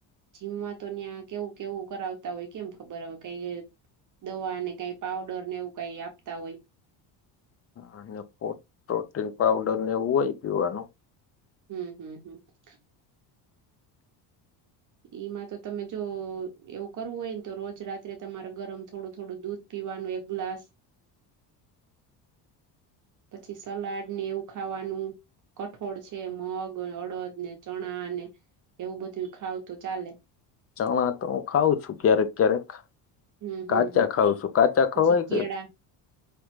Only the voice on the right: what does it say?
જીમમાં તો ત્યાં કેવું કેવું કરાવતા હોય કેમ ખબર હ કઈ દવા ને કઈ પાવડર ને એવું કઈ આપતા હોય.
હમ હમ હમ એઈમાં તો તમે જો એવું કરવું હોય ને તો રોજ રાત્રે તમારે ગરમ થોડું થોડું દૂધ પીવાનું એક ગ્લાસ પછી સલાડ ને એવું ખાવાનું કઠોળ છે મગ અડદ ને ચણા ને એવું બધું ખાવુ તો ચાલે.
હમ
હમ હમ
પછી
કેળા